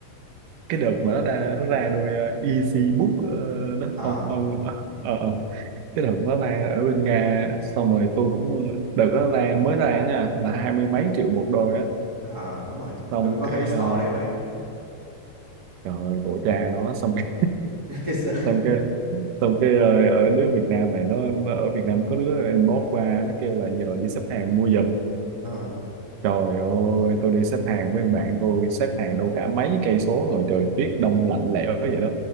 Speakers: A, on the right; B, on the right.
A: cái đợt mà nó ra nó ra đôi ờ, Easy Book ờ, đó
B: Ờ,
A: ông ông ờ, ờ, ờ. cái đợt đó ra ở bên Nga xong rồi tôi cũng ờ, đợt đó ra mới ra nha là hai mươi mấy triệu một đôi á
B: à đúng rồi
A: xong
B: tôi có
A: cái
B: thấy store
A: ờ,
B: ở đây bán
A: trời ơi, tổ cha nó xong cái
B: <laughs> Cái sơ-
A: xong cái xong cái ờ, ở đứa Việt Nam này nó, nó ở Việt Nam có đứa inbox qua nó kêu là nhờ đi xếp hàng mua giùm
B: Ờ,
A: trời ơi tôi đi xếp hàng với thằng bạn tôi xếp hàng đâu cả mấy cây số rồi trời tuyết đông lạnh lẽo vậy đó